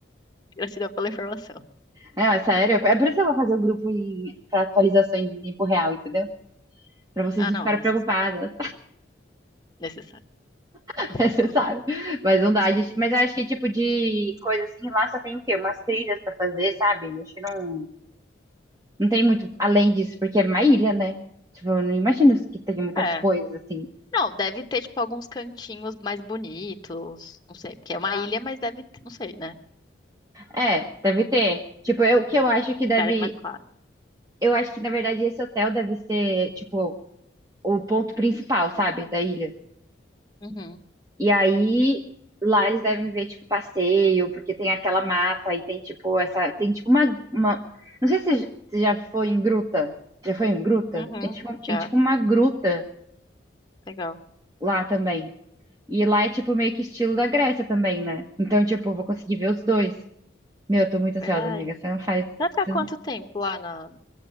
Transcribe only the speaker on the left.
Gratidão pela informação.
Ah,
não,
necessário.
Necessário.
<laughs>
É.
Não, deve ter, tipo, alguns cantinhos mais bonitos. Não sei, porque é uma ilha, mas deve ter, não sei, né?
Hum,
lugares mais claros.
Uhum,
uhum,
já.
Legal.
Verdade.
Você
vai ficar
quanto
tempo lá na,